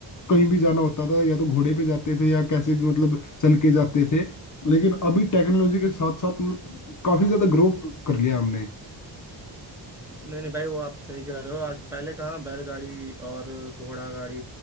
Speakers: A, on the left (about 45°); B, in the centre.
A: कहीं भी जाना होता था या तो घोड़े पे जाते थे या कैसे भी मतलब चल के जाते थे लेकिन अभी टेक्नोलॉजी के साथ साथ मतलब काफी ज्यादा ग्रो कर लिया हमने
B: नहीं नहीं भाई वो आप सही कह रहे हो आज पहले कहाँ बैलगाड़ी और घोड़ा गाड़ी